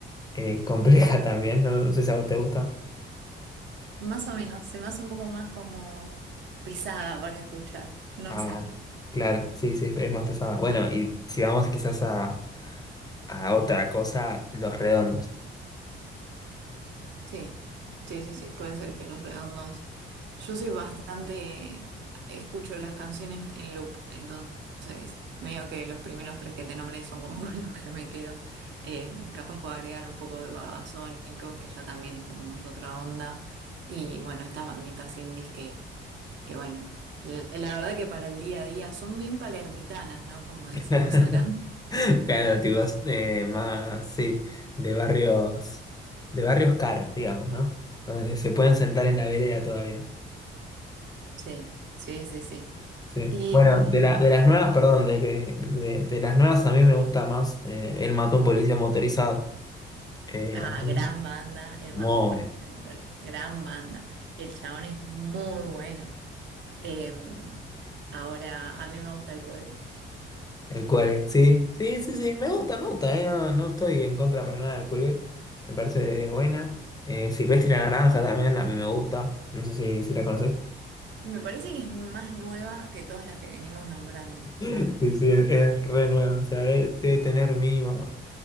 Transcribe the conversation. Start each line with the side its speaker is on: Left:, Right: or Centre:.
Left: eh, compleja <laughs> también, no, no sé si a vos te gusta.
Right: Más o menos, se me hace un poco más como pesada para escuchar, no
Left: Ah,
Right: sé.
Left: claro, sí, sí, es más pesada. Bueno, y si vamos quizás a, a otra cosa, los redondos.
Right: Sí, sí, sí, sí, puede ser que Los Redondos. Yo soy bastante, escucho las canciones en loop, entonces medio que los primeros tres que te nombré son como <laughs> con los que me quedo. Eh, capaz puedo agregar un poco de Babasónicos, que ya también es como más otra onda. Y bueno, estas banditas indies que, que bueno, la, la verdad que para el día a día son bien palermitanas, ¿no? Como decimos
Left: <laughs>
Right: acá.
Left: Claro, tipo, es, eh, más, sí, de barrios, de barrios caros, digamos, ¿no? Donde se pueden sentar en la vereda todavía.
Right: Sí, sí, sí, sí.
Left: Sí.
Right: Y
Left: Bueno,
Right: mm,
Left: de la, de las nuevas, perdón, de, que- de, de las nuevas a mí me gusta más eh, el matón policía motorizado. Eh,
Right: Ah,
Left: a mí,
Right: gran banda, El
Left: muy,
Right: Matón Policía Motorizado. Gran banda. El chabón es muy bueno. Eh, ahora, a mí me gusta el cuelgue.
Left: El cuelgue, sí, sí, sí, sí, me gusta, me gusta, eh, No, no estoy en contra para nada del cuelgue, me parece buena. Eh, Silvestre la Naranja también, a mí me gusta, no sé si, si la conoces. <laughs>
Right: Me parece que es más nueva que todas las que venimos nombrando,
Left: Sí,
Right: ¿no?
Left: sí, es, es re nueva, o sea, eh, debe tener mínimo,